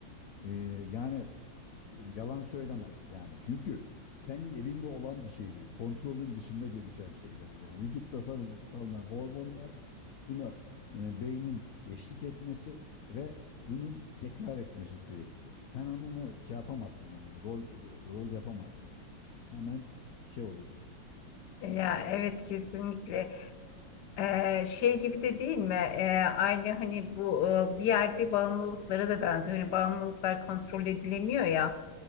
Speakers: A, on the left (about 85°); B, on the left (about 65°).
A: Ee, yani e, yalan söylemez yani. Çünkü senin elinde olan bir şey değil. Kontrolün dışında gelişen şeyler yani. Vücutta sal- salınan hormonlar buna e, beynin eşlik etmesi ve bunun tekrar etmesi sürekli. Sen onu şey yapamazsın yani rol ro- rol yapamazsın. Hemen şey olur.
B: Ya evet kesinlikle. Ee, şey gibi de değil mi? Ee, aynı hani bu e, bir yerde bağımlılıklara da benziyor. Hani bağımlılıklar kontrol edilemiyor ya.